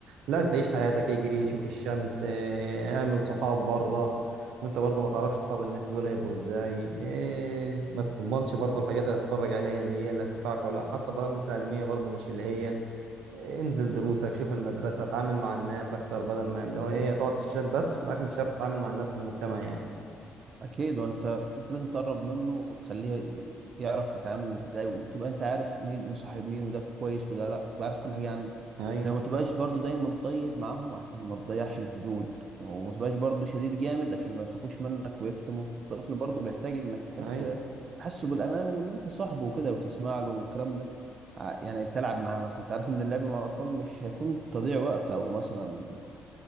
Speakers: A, on the right; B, on the right.
A: لا انت عيش حياتك اجري شوف الشمس اه، اعمل صحاب بره وانت برضه ما تعرفش اصحاب النت دول هيبقوا ازاي إيه ما تضمنش برضه الحاجات اللي هتتفرج عليها دي هي اللي هتنفعك ولا لا حتى برامج تعليمية برضه مش اللي هي إيه، انزل دروسك شوف المدرسة اتعامل مع الناس اكتر بدل ما اللي هو ايه تقعد شاشات بس في الاخر مش هتعرف تتعامل مع الناس في المجتمع يعني
B: أكيد وأنت أنت لازم تقرب منه وتخليه ي- يعرف يتعامل إزاي وتبقى أنت عارف مين مصاحب مين وده كويس وده لأ تبقى عارف كل حاجة عنه
A: ايوه
B: يعني ما تبقاش برضو دايما طيب معاهم عشان ما تضيعش الحدود وما تبقاش برضو شديد جامد عشان ما يخافوش منك ويكتموا الطفل برضو بيحتاج انك تحس
A: ايوه
B: تحسه بالامان وان انت صاحبه وكده وتسمع له والكلام ده ع- يعني تلعب معاه مثلا انت عارف ان اللعب مع الاطفال مش هيكون تضييع وقت او مثلا